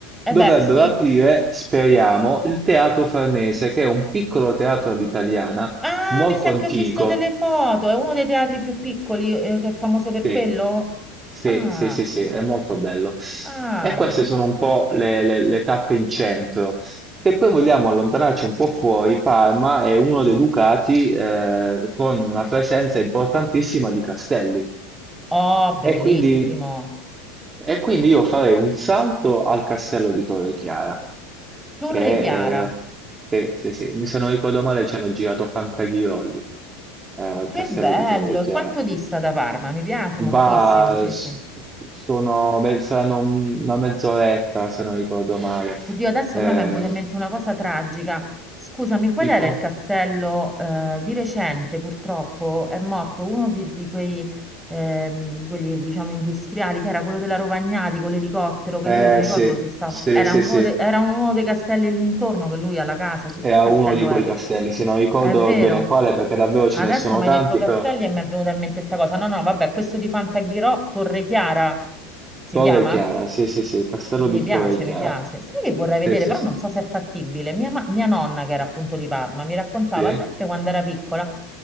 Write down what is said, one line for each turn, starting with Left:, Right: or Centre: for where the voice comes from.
Centre: Eh
Right: dovrebbero
Centre: beh, sì.
Right: aprire, speriamo, il Teatro Farnese, che è un piccolo teatro all'italiana
Centre: Ah,
Right: molto
Centre: mi sa
Right: antico.
Centre: che ho visto delle foto. È uno dei teatri più piccoli, eh, che è famoso
Right: Sì,
Centre: per quello.
Right: sì,
Centre: Ah,
Right: sì, sì, sì, è molto bello.
Centre: ah.
Right: E queste sono un po' le, le- le tappe in centro. Se poi vogliamo allontanarci un po' fuori, Parma è uno dei ducati eh, con una presenza importantissima di castelli.
Centre: Oh,
Right: E
Centre: bellissimo.
Right: quindi, e quindi io farei un salto al castello di Torre Chiara,
Centre: Torre
Right: che
Centre: Chiara.
Right: eh, se, se- se mi se non ricordo male ci hanno girato Fantaghirolli eh, al
Centre: Che
Right: castello
Centre: bello.
Right: di Torre Chiara.
Centre: E Quanto dista da Parma? Mi piace
Right: Bah,
Centre: moltissimo, sì,
Right: s-
Centre: sì.
Right: sono, beh, saranno un- una mezz'oretta se non ricordo male.
Centre: Oddio, adesso
Right: Eh,
Centre: però mi è venuta in mente una cosa tragica. Scusami, qual
Right: tipo?
Centre: era il castello? eh, di recente, purtroppo, è morto uno di, di quei, ehm, di quelli, diciamo, industriali, che era quello della Rovagnati con l'elicottero, che
Right: Eh
Centre: lui non mi ricordo
Right: sì,
Centre: se stava...
Right: sì,
Centre: Era
Right: sì,
Centre: uno,
Right: sì.
Centre: de- era uno dei castelli lì intorno, che lui ha la casa. Che,
Right: Era
Centre: che castello
Right: uno di quei
Centre: era?
Right: castelli, se non ricordo
Centre: È vero.
Right: bene quale, perché davvero
Centre: Adesso
Right: ce ne sono
Centre: mi
Right: tanti,
Centre: hai detto castelli
Right: però
Centre: e mi è venuta in mente questa cosa. No, no, vabbè, questo di Fantaghirò, Torre Chiara si
Right: Torre
Centre: chiama?
Right: Chiara, sì, sì, sì, il castello
Centre: Mi
Right: di
Centre: piace,
Right: Torre Chiara.
Centre: mi piace. Sai che vorrei
Right: Sì,
Centre: vedere,
Right: sì,
Centre: però
Right: sì.
Centre: non so se è fattibile. Mia, ma- mia nonna, che era appunto di Parma, mi raccontava
Right: Sì,
Centre: sempre quando era piccola